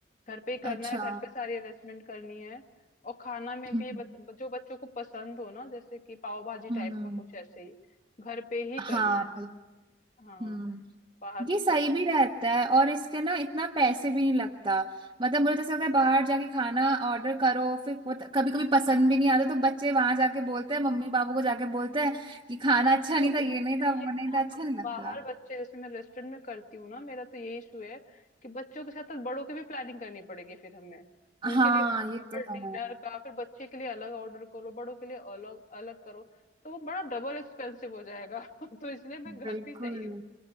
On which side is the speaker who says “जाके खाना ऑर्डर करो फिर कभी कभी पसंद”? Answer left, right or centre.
Right